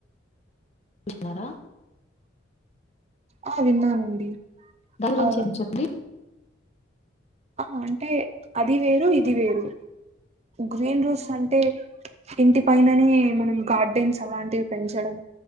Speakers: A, on the left; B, on the right.
A: న్నారా
B: ఆ విన్నానండి
A: గురించేం
B: ఆ
A: చెప్పుడి
B: ఆ అంటే అది వేరు ఇది వేరు గ్రీన్ రోస్ అంటే ఇంటి పైననే మనం గార్డెన్స్ అలాంటివి పెంచడం